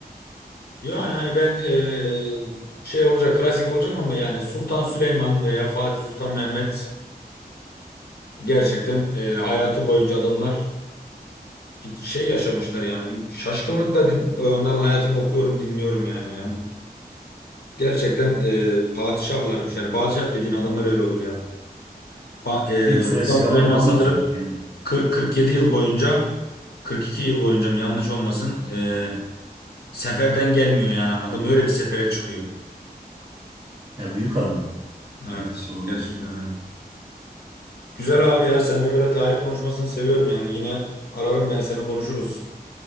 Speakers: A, on the left; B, on the right.
A: Yani hani ben eee, şey olacak klasik olacak ama yani Sultan Süleyman veya Fatih Sultan Mehmet gerçekten eee, hayatı boyunca adamlar bir şey yaşamışlar yani bir şaşkınlıkla din, onların hayatını okuyorum dinliyorum yani ya. Gerçekten eee, padişahlarmış yani padişah dediğin adamlar öyle olur ya. Pa- eee,
B: Değil mi?
A: Sultan
B: Klasik ama
A: Süleyman
B: doğru
A: sanırım
B: bir cevap yani.
A: 40-47 yıl boyunca 42 yıl boyunca mı yanlış olmasın eee, seferden gelmiyor yani hani adam öyle bir sefere çıkıyor.
B: Ya büyük adam
A: Evet
B: ya. Doğru
A: gerçekten
B: diyorsun.
A: öyle. Güzel abi ya seninle böyle tarih konuşmasını seviyorum yani yine ararım ben seni konuşuruz.